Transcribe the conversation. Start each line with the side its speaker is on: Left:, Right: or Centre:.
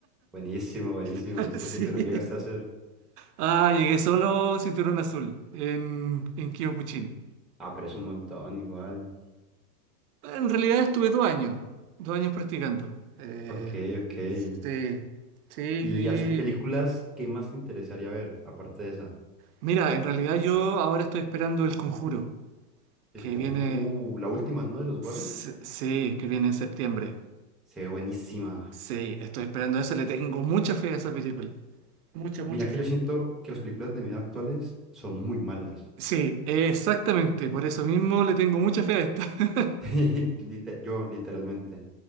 Centre: buenísimo, buenísimo.
Right: <laughs>
Centre: ¿Y qué
Right: Sí.
Centre: cinturón llegaste a hacer?
Right: Ah, llegué solo cinturón azul en, en Kyokushin.
Centre: Ah, pero es un montón igual.
Right: En realidad estuve dos años, dos años practicando. Eh,
Centre: Ok, ok.
Right: sí, sí, y
Centre: Y así películas, ¿qué más te interesaría ver aparte de esa?
Right: mira, en realidad yo ahora estoy esperando el conjuro,
Centre: El
Right: que
Centre: conjuro,
Right: viene...
Centre: uh, la última, ¿no? De los
Right: Sí,
Centre: Warren.
Right: sí, que viene en septiembre.
Centre: Se ve buenísima.
Right: Sí, estoy esperando eso. Le tengo mucha fe a esa película. Mucha,
Centre: Mira
Right: mucha
Centre: que
Right: fe.
Centre: yo siento que las películas de miedo actuales son muy malas.
Right: Sí, exactamente. Por eso mismo le tengo mucha fe a esta. <laughs>
Centre: <laughs> Liter- yo, literalmente.